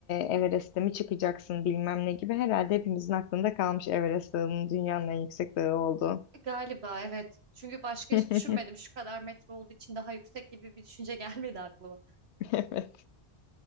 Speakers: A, on the left; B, on the right.
A: Everest'e mi çıkacaksın bilmem ne gibi. Herhalde hepimizin aklında kalmış Everest Dağı'nın dünyanın en yüksek dağı olduğu.
B: e, galiba evet. Çünkü başka
A: <laughs>
B: hiç düşünmedim. Şu kadar metre olduğu için daha yüksek gibi bir düşünce <laughs> gelmedi aklıma.
A: Evet.